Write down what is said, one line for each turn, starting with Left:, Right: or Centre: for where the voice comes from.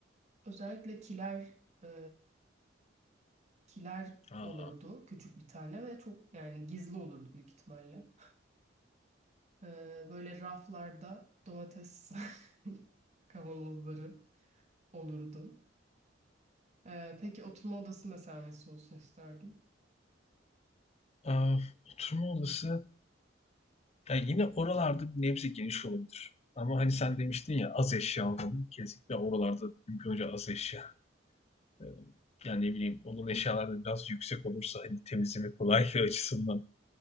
Right: Özellikle kiler e, kiler olurdu
Left: Aa,
Right: küçük bir tane ve çok yani gizli olurdu büyük ihtimalle. E, böyle raflarda domates <laughs> kavanozları olurdu. E, peki oturma odası mesela nasıl olsun isterdin?
Left: aa, oturma odası ya yine oralarda bir nebze geniş olabilir. Ama hani sen demiştin ya az eşya olmalı. Kesinlikle oralarda mümkün olunca az eşya. Ee, yani ne bileyim onun eşyaları da biraz yüksek olursa hani temizleme kolaylığı açısından